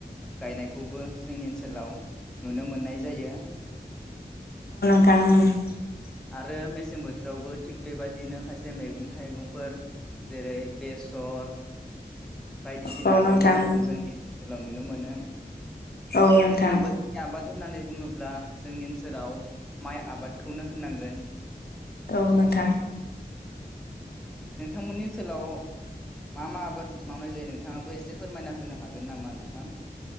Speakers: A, in the centre; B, on the left.
A: गायनायखौबो जोंनि ओनसोलाव नुनो मोननाय जायो।
B: दां
A: आरो मेसें बोथोरावबो थिग बेबाददिनो खायसे मैगं थाइगंफोर जेरै बेसर। बायदिसिना
B: अ
A: आबाद
B: नोंथां
A: मावनायखौ जोंनि हेलाव नुनो मोनो।
B: औ नोंथां
A: देज्लां बोथ नि आबाद <unintelligible> होननानै बुङोब्ला जोंनि ओनसोलाव माइ आबादखौनो होननांगोन।
B: औ नोंथां।
A: नोंथांमोननि ओनसोलाव मा मा आबाद मावनाय जायो नोंथाङाबो एसे फोरमायना होनो हागोन नामा नोंथां?